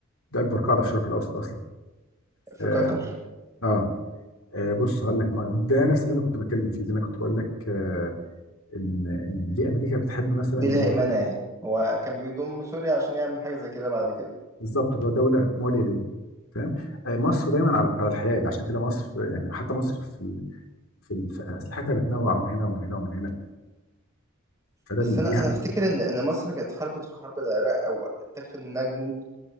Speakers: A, on the left (about 80°); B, on the right (about 15°).
A: ده اكبر قاعده في الشرق الاوسط اصلا
B: في
A: اه,
B: قطر
A: آه آه، بص هقول لك ما ده نفس اللي انا كنت بتكلم فيه اللي انا كنت بقول لك آه ان ان ليه امريكا بتحب مثلا
B: دي
A: إن
B: الهيمنة
A: هي-
B: يعني هو كان بيضم سوريا عشان يعمل حاجة زي كده بعد كده
A: بالظبط اللي هو دوله مواليه ليه فاهم آه مصر دايما على على الحياد عشان كده مصر يعني حتى مصر في ال- في ال- في اسلحتها بتنوع من هنا ومن هنا ومن هنا فده
B: بس
A: بيديها
B: أنا أنا أفتكر إن إن مصر كانت حاربت في حرب العراق أو اتاخد منها جنود